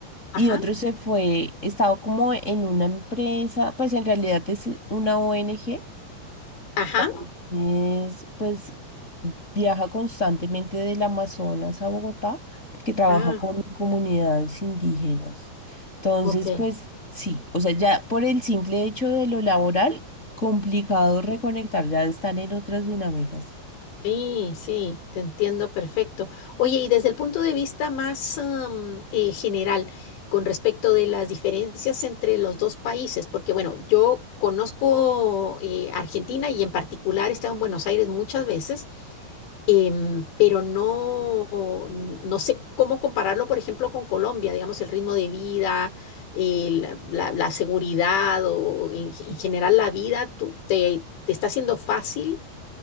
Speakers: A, on the left (about 85°); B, on the left (about 15°).
A: ajá,
B: Y otro se fue, estaba como en una empresa, pues en realidad es una ONG,
A: ajá.
B: entonces, pues viaja constantemente del Amazonas a Bogotá porque trabaja
A: Ah,
B: con comunidades indígenas. Entonces,
A: ok.
B: pues sí, o sea, ya por el simple hecho de lo laboral, complicado reconectar, ya están en otras dinámicas.
A: Sí, sí, te entiendo perfecto. Oye, y desde el punto de vista más am, eh, general, con respecto de las diferencias entre los dos países, porque bueno, yo conozco eh, Argentina y en particular he estado en Buenos Aires muchas veces, em, pero no, no sé cómo compararlo, por ejemplo, con Colombia, digamos, el ritmo de vida, eh, la, la- la seguridad o en, en general la vida, tú- te, te está siendo fácil?